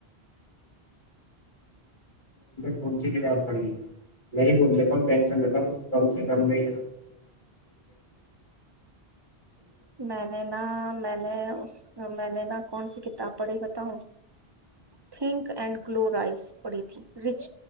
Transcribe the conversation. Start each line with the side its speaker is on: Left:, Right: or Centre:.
Left: کون سی کی رات پڑی ہے نہیں بول لیتا ٹینشن رہتا کم سے کم نہیں
Right: میں نے نا میں نے اس میں نے نا کون سی کتاب پڑھی بتاؤں تھنک اینڈ گلورائز پڑھی تھی رچ